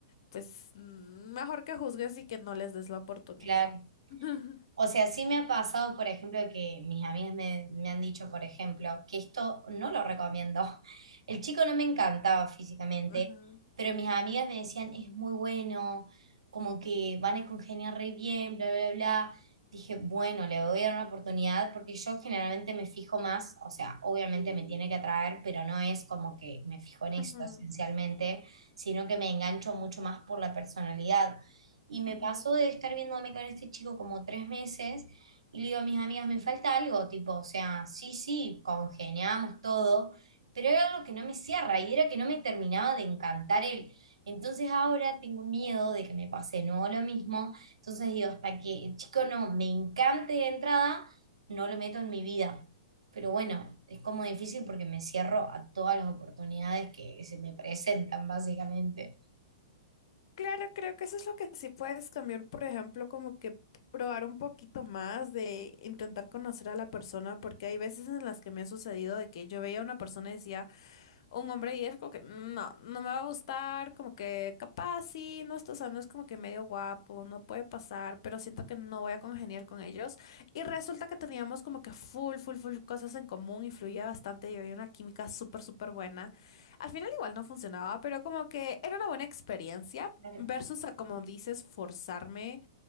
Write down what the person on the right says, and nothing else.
claro.
O sea, sí me ha pasado, por ejemplo, que mis amigas me, me han dicho, por ejemplo, que esto no lo recomiendo. <laughs> El chico no me encantaba físicamente,
pero mis amigas me decían, es muy bueno, como que van a congeniar re bien, bla, bla, bla. Dije, bueno, le voy a dar una oportunidad porque yo generalmente me fijo más, o sea, obviamente me tiene que atraer, pero no es como que me fijo en eso
esencialmente, sino que me engancho mucho más por la personalidad. Y me
pasó de estar viéndome con este chico como tres meses y le digo a mis amigas, me falta algo, tipo, o sea, sí, sí, congeniamos todo, pero era algo que no me cierra y era que no me terminaba de encantar él. Entonces ahora tengo miedo de que me pase de nuevo lo mismo. Entonces digo, hasta que el chico no me encante de entrada, no lo meto en mi vida. Pero bueno, es como difícil porque me cierro a todas las oportunidades que se me presentan, básicamente.
Claro.